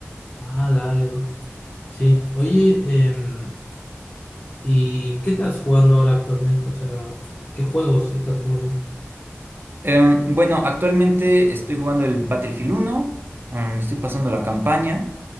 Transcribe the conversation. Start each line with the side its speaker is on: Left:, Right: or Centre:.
Left: Ah, dale, bro. Sí. Oye, em, ¿y qué estás jugando ahora actualmente? O sea, ¿qué juegos estás jugando?
Right: Em, bueno, actualmente estoy jugando el Battlefield uno, eh, me estoy pasando la campaña.